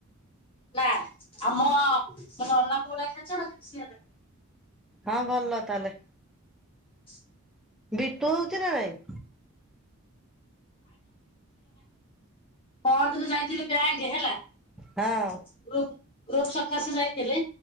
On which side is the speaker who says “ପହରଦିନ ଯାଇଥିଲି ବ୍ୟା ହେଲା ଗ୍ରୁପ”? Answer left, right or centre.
Left